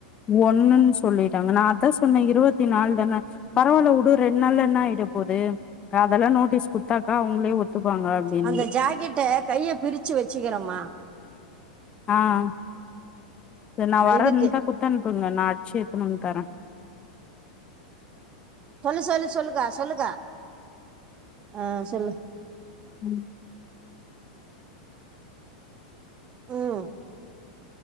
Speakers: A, on the left; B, on the right.
A: ஒன்னுன் சொல்லிட்டாங்கனா நா அதா சொன்னே இருவத்திநாலு தான பரவால்ல வுடு ரெண்நாள்ல என்ன ஆய்ட போது அதெல்லா நோட்டீஸ் குடுத்தாக்கா அவங்களே ஒத்துப்பாங்க அப்டின்னு
B: அந்த ஜாக்கெட்ட கைய பிரிச்சு வச்சுக்கிறமா
A: ஆஹ் த நா வரேந்தா
B: இதுக்கு
A: குத்தனுப்புங்க நா அச்சு எத்தணுந்து தர
B: சொல்லு சொல்லு சொல்லுங்க சொல்லுங்க ஆஹ் சொல்லு
A: உம்
B: உம்